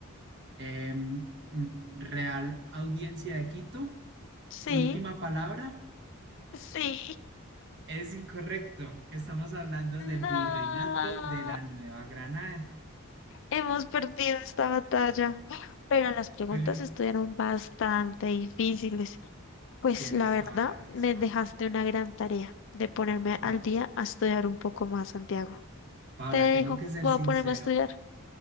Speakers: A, on the right; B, on the left.
A: Em, mm, Real Audiencia de Quito.
B: Sí,
A: Última palabra.
B: sí.
A: Es incorrecto. Estamos hablando del
B: No,
A: Virreinato de la Nueva Granada.
B: hemos perdido esta batalla. Pero las preguntas
A: Pero
B: estuvieron bastante difíciles. Pues
A: tienes
B: la verdad,
A: toda la razón.
B: me dejaste una gran tarea de ponerme
A: No,
B: al día a estudiar un poco más, Santiago.
A: Paula,
B: Te dejo,
A: tengo que ser
B: voy
A: sincero.
B: a ponerme a estudiar.